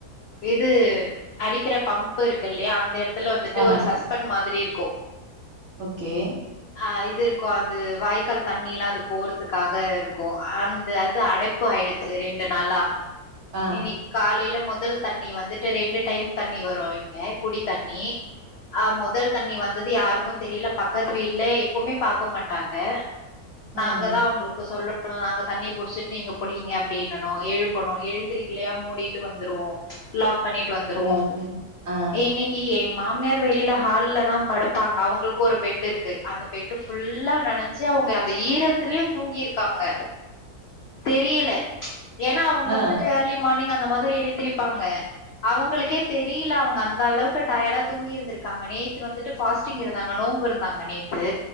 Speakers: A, on the left; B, on the right.
A: இது அடிக்கிற பம்ப்பு இருக்கு இல்லையா அந்த இட த்துல வந்துட்டு
B: ஆ
A: ஒரு சஸ்பண் மாதிரி இருக்கோ
B: ஓகே
A: அ இது இருக்கோ அது வாய்க்கால் தண்ணி லா அது போறதுக்காக இருக்கோ அந்த அது அடைப் ப்பு ஆய்டுச்சி ரெண்டு நாளா
B: ஆ
A: இன்னிக் காலைல மொதல் தண்ணி வந்துட்டு ரெண்டு டைம் தண்ணி வரும் இங்க குடி தண்ணி ஆ மொதல் தண்ணி வந்தது யாருக்கு தெரில பக்கத்து வீட்டுல எப்போமே பாக்க மாட்டாங்க நாங்க
B: ஆ
A: தா அவங்களுக்கு சொல்லு நாங்க தண்ணி புடிச்சிட்டு நீங்க புடிங்க அப்டின்னனு எழுப்பணு எழுந்திரிக்கலையா மூடிட்டு வந்துருவோ லாக் லாக் பண்ணிட்டு வந்துருவோ
B: புரியுது புரியுது ஆ
A: இனிக் கி எங்க மாமியார் வெளில ஹால்ல தா படுப்பாங்க அவுங்களுக்கு ஒரு பெட்டு இருக்கு அந்த பெட்டு ஃபுல்லா நனஞ்சு அவுங்க அந்த ஈரத்துலயு தூங்கியிருக்காங்க தெரியல ஏன்னா அவுங்க
B: ஆ
A: வந்துட்டு ஏர்லி மார்னிங் அந்த மாதிரி எந்திருப்பாங்க அவுங்களுக்கே தெரியல அவுங்க அந்த அளவுக்கு டயர்டா தூங்கி இருந்திருக்காங்க நேத் த்து வந்துட்டு ஃபாஸ்டிங் இருந்தாங்க நோம்பு இருந்தாங்க நேத்து